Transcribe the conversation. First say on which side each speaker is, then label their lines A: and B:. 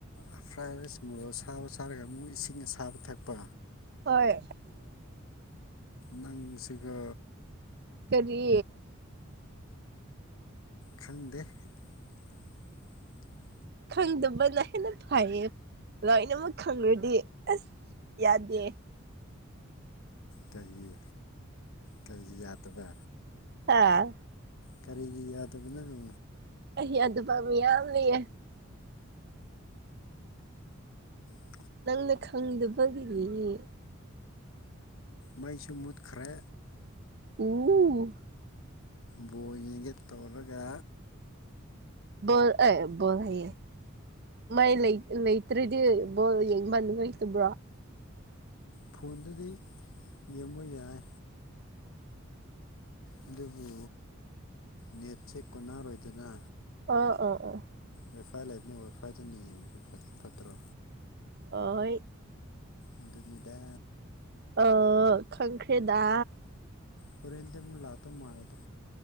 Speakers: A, on the left (about 80°); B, on the right (about 50°).
A: ꯑ ꯐ꯭ꯔꯥꯏ ꯔꯥꯏꯁ ꯃꯣꯔꯣ ꯑꯁꯥꯕ ꯆꯥꯔꯒ ꯑꯃꯨꯛ ꯏꯁꯤꯡ ꯑꯁꯥꯕ ꯊꯛꯄ꯫
B: ꯍꯣꯏ
A: ꯅꯪꯁꯤꯒ
B: ꯀꯔꯤ
A: ꯈꯪꯗꯦ <unintelligible>
B: ꯈꯪꯗꯕꯅ ꯍꯦꯟꯅ ꯐꯩꯌꯦ ꯂꯣꯏꯅꯃꯛ ꯈꯪꯪꯔꯗꯤ ꯑꯁ ꯌꯥꯗꯦ
A: ꯀꯩꯒꯤ ꯀꯩꯒꯤ ꯌꯥꯗꯕ
B: ꯍꯥꯥ
A: ꯀꯔꯤꯒꯤ ꯌꯥꯗꯕꯅꯣ
B: ꯑꯩ ꯌꯥꯗ ꯄꯃꯤ ꯌꯥꯂꯤꯌꯦ
A: ꯀ <unintelligible>
B: ꯅꯪꯅ ꯈꯪꯗꯕꯒꯤꯅꯦ
A: ꯃꯩꯁꯨ ꯃꯨꯠꯈ꯭ꯔꯦ
B: ꯎꯝ
A: ꯕꯣꯏꯉꯒ ꯇꯧꯔꯒ
B: ꯣ ꯑꯦ ꯣꯜ ꯍꯥꯏꯌꯦꯦ ꯃꯥꯏ ꯂꯩ ꯂꯩꯇ꯭ꯔꯗꯤ ꯕꯣ ꯌꯦꯡꯕꯟ ꯂꯩꯇꯕ꯭ꯔꯣ
A: ꯐꯣꯟꯗꯗꯤ ꯌꯦꯡꯕ ꯌꯥꯏ ꯑꯗꯨꯕꯨ ꯅꯦꯠꯁꯦ ꯀꯣꯟꯅꯔꯣꯏꯗꯅ
B: ꯑ ꯑꯣ ꯑꯣ
A: ꯋꯥꯏꯐꯥꯏ ꯂꯩꯕꯅꯤ ꯋꯥꯏꯐꯥꯏꯗꯅ ꯌꯦꯡꯕꯗꯨ ꯐꯠꯇ꯭ꯔꯣ
B: ꯑꯣꯏ
A: ꯑꯗꯨꯅꯤꯗ
B: ꯑ ꯈꯪꯈ꯭ꯔꯦꯗ
A: ꯍꯣꯔꯦꯟꯗ ꯃꯨꯛ ꯂꯥꯛꯇꯧ ꯃꯥꯂꯦꯗ